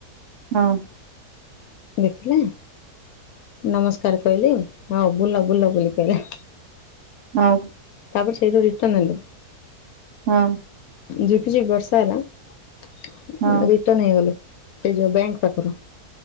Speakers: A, on the right (about 55°); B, on the left (about 75°).
A: ହଁ।
B: ଦେଖିଲେ ନମସ୍କାର କହିଲି, ହଉ ବୁଲ ବୁଲ ବୋଲି କହିଲେ।
A: ହଁ।
B: ତାପରେ ସେଇଠୁ ରିଟର୍ନ ନେଲୁ।
A: ହଁ।
B: ଜିପ ଜିପ ବର୍ଷା ହେଲା। <unintelligible>
A: ହଁ
B: ଟର୍ନ ନେଇଗଲୁ ସେ ଯୋଉ ବ୍ୟାଙ୍କ ପାଖରୁ।